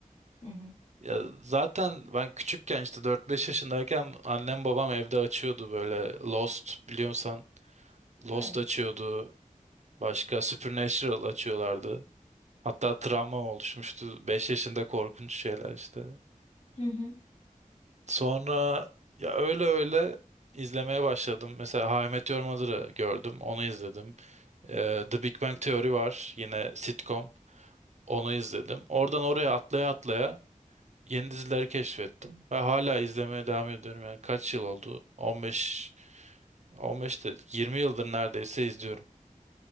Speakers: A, on the left (about 45°); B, on the right (about 55°).
A: Hı hı.
B: Ya zaten ben küçükken işte dört beş yaşındayken annem babam evde açıyordu böyle Lost biliyorsan. Lost
A: Hayır.
B: açıyordu. Başka Supernatural açıyorlardı. Hatta travma oluşmuştu. 5 yaşında korkunç şeyler işte.
A: <laughs>
B: Sonra ya öyle öyle izlemeye başladım. Mesela How I Met Your Mother'ı gördüm. Onu izledim. Ee, The Big Bang Theory var. Yine sitcom. Onu izledim. Oradan oraya atlaya atlaya yeni dizileri keşfettim. Ve hala izlemeye devam ediyorum. Yani kaç yıl oldu? 15, 15 de 20 yıldır neredeyse izliyorum.